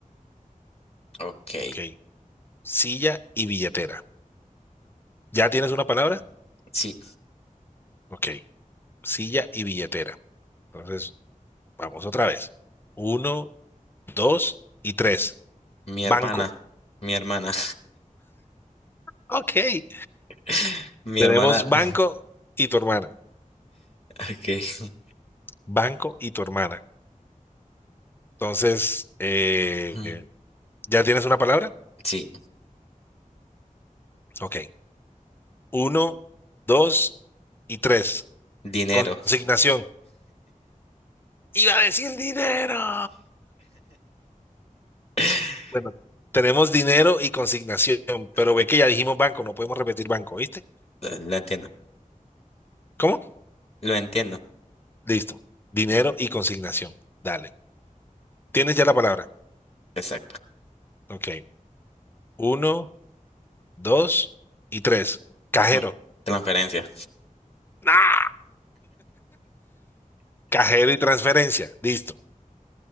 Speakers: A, on the left; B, on the left.
A: Ok.
B: Ok. Silla y billetera. ¿Ya tienes una palabra?
A: Sí.
B: Ok. Silla y billetera. Entonces, vamos otra vez. Uno, dos y tres.
A: Mi
B: Banco.
A: hermana. Mi hermana.
B: Ok.
A: <laughs> Mi
B: Tenemos
A: hermana.
B: banco
A: <laughs>
B: y tu hermana.
A: Ok.
B: Banco y tu hermana. Entonces, eh,
A: Ujú.
B: ¿ya tienes una palabra?
A: Sí.
B: Ok. Uno, dos y tres.
A: Dinero.
B: Consignación. Iba a decir dinero.
A: <laughs>
B: Bueno, tenemos dinero y consignación, pero
A: Ok,
B: ve que ya dijimos banco, no podemos repetir banco, ¿viste?
A: Lo lo entiendo.
B: ¿Cómo?
A: Lo entiendo.
B: Listo. Dinero y consignación. Dale. Tienes ya la palabra.
A: Exacto.
B: Ok. Uno, dos y tres. Cajero.
A: Ah, Transferencia.
B: ¡Ah! Cajero y transferencia. Listo.